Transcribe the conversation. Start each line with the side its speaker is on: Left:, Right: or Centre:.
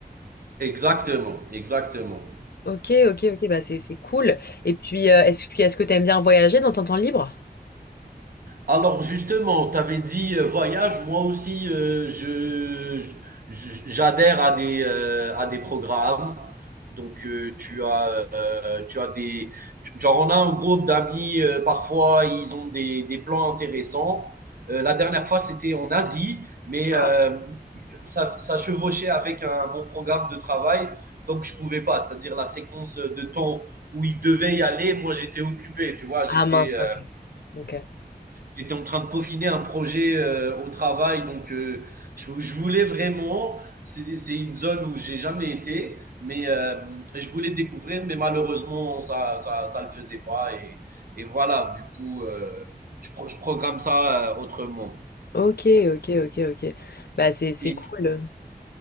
Right: exactement, exactement.
Left: Ok, ok, ok, bah c'est c'est cool. Et puis, euh, est-ce, puis est-ce que t'aimes bien voyager dans ton temps libre?
Right: Alors justement, tu avais dit euh, voyage, moi aussi euh, je je- j'adhère à des euh, à des programmes. Donc euh, tu as euh, tu as des tu- genre on a un groupe d'amis euh, parfois ils ont des des plans intéressants. Euh, la dernière fois c'était en Asie, mais
Left: Ah
Right: euh, ça ça chevauchait avec un mon programme de travail, donc je pouvais pas, c'est-à-dire la séquence de temps où ils devaient y aller, moi j'étais occupé, tu vois,
Left: Ah,
Right: j'étais
Left: mince,
Right: euh,
Left: ok.
Right: J'étais en train de peaufiner un projet euh, au travail, donc euh, je, je voulais vraiment, c'est c'est une zone où j'ai jamais été, mais euh, je voulais découvrir, mais malheureusement, ça ça, ça le faisait pas. Et, et voilà, du coup, euh, je, pro- je programme ça euh, autrement.
Left: Ok, ok, ok, ok. ok. Bah c'est c'est
Right: Et
Left: cool.
Right: puis-